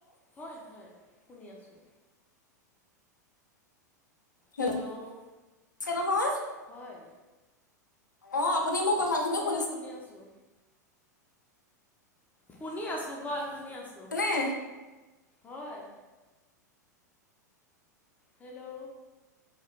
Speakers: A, on the left; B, on the left.
A: হয় হয় শুনি আছোঁ।
B: শুনিছে
A: হেল্ল'
B: নহয়
A: হয়।
B: অ' আপুনি মোৰ কথাখিনি
A: হয়
B: শুনিছে?
A: শুনি আছোঁ। শুনি আছোঁ, হয় শুনি আছোঁ।
B: নে
A: হয়। হেল্ল'।